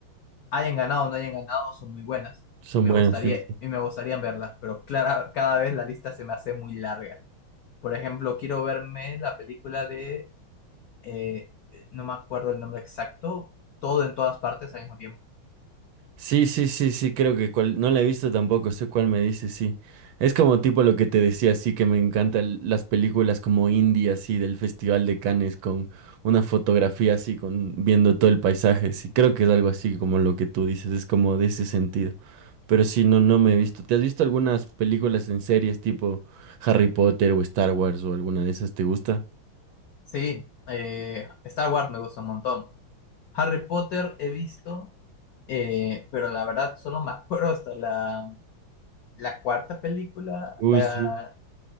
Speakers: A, on the left; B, on the right.
A: hayan ganado o no hayan ganado, son muy buenas
B: son
A: y me
B: buenas,
A: gustaría,
B: sí.
A: y me gustaría verlas, pero clara, cada vez la lista se me hace muy larga. Por ejemplo, quiero verme la película de, eh, no me acuerdo el nombre exacto, todo en todas partes al mismo tiempo.
B: Sí, sí, sí, sí, creo que cual, no la he visto tampoco, sé cuál me dice, sí. Es como tipo lo que te decía, sí, que me encantan las películas como indie, así, del Festival de Cannes, con una fotografía así, con viendo todo el paisaje, sí, creo que es algo así como lo que tú dices, es como de ese sentido. Pero sí, no, no me he visto. ¿Te has visto algunas películas en series tipo Harry Potter o Star Wars o alguna de esas? ¿Te gusta?
A: Sí, eh, Star Wars me gusta un montón. Harry Potter he visto, eh, pero la verdad solo me <laughs> acuerdo hasta la, la cuarta película,
B: Uy,
A: la,
B: sí.